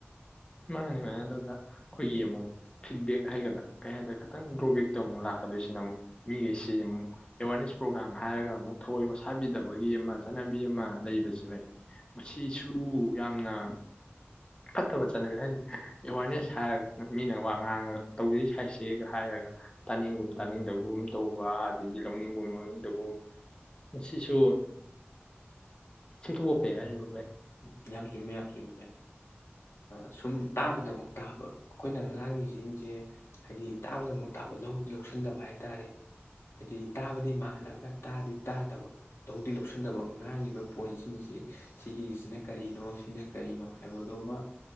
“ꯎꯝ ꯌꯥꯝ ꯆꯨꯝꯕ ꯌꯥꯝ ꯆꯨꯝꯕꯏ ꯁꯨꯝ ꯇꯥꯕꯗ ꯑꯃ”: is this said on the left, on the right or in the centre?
Left